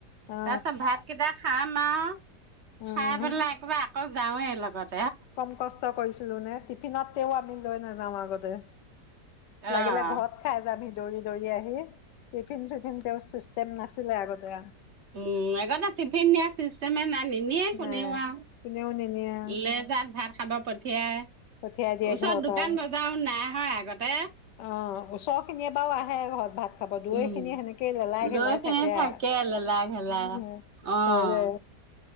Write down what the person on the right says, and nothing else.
তা পাছত ভাতকেইটা খাম মাও
খাই পেলায় একেবাৰ আকৌ যাওঁৱে লগত
অ',
উম আগতে টিফিন নিয়া চিষ্টেমে নাই নিনিয়ে কোনেও
আৰু
লেজাৰ ভাত খাব পঠিয়াই
ওচৰত
দোকান
বজাৰো নাই হয় আগতে
উম,
দৈ
খিনি
লেলাই ঘেলাই। অ',